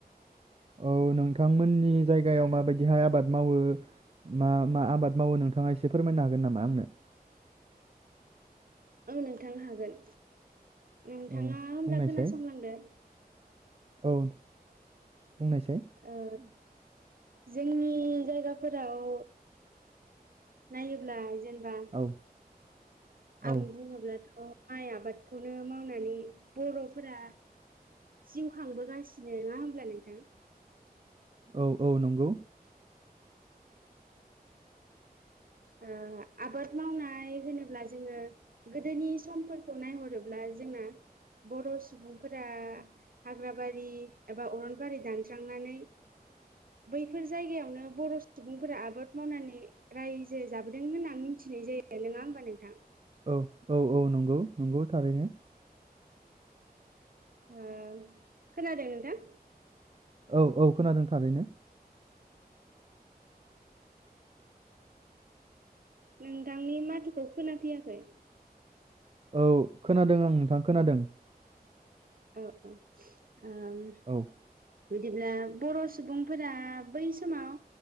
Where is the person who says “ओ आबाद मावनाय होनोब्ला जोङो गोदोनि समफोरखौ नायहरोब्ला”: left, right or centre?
Right